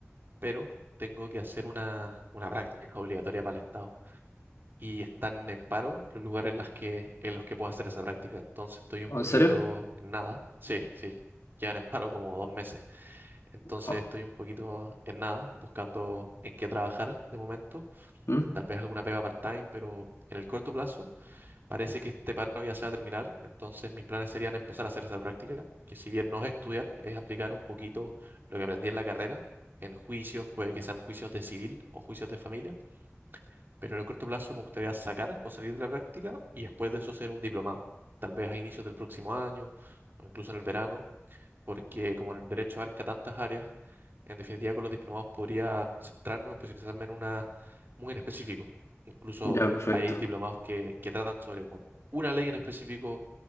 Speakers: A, on the right; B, on the left.
A: pero tengo que hacer una, una práctica obligatoria para el Estado. Y están en paro los lugares en, las que, en los que puedo hacer esa práctica. Entonces estoy un
B: ¿O
A: poquito
B: ¿En serio?
A: en nada. Sí, sí, llevan en paro como dos meses. Entonces
B: Oh,
A: estoy un poquito en nada, buscando en qué trabajar de momento.
B: ¿mm?
A: Tal vez alguna pega part-time, pero en el corto plazo. Parece que este paro ya se va a terminar, entonces mis planes serían empezar a hacer esa práctica, que si bien no es estudiar, es aplicar un poquito lo que aprendí en la carrera, en juicios, puede que sean juicios de civil o juicios de familia, pero en el corto plazo me gustaría sacar o salir de la práctica y después de eso hacer un diplomado, tal vez a inicios del próximo año o incluso en el verano, porque como el derecho abarca tantas áreas, en definitiva con los diplomados podría centrarme o especializarme en una muy en específico. Incluso
B: Ya, perfecto.
A: hay diplomados que, que tratan sobre, bueno, una ley en específico